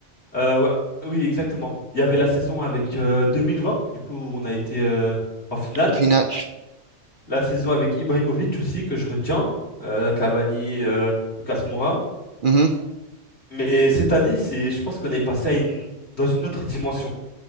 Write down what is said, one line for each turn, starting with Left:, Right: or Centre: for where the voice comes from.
Left: euh, ouais, oui, exactement. Il y avait la saison avec euh, 2020, du coup on a été euh, en finale.
Right: En finale.
Left: La saison avec Ibrahimovic aussi que je retiens, euh, Cavani, euh, Lucas Moura.
Right: Mhm.
Left: Mais cette année, c'est, je pense qu'on est passé à une, dans une autre dimension.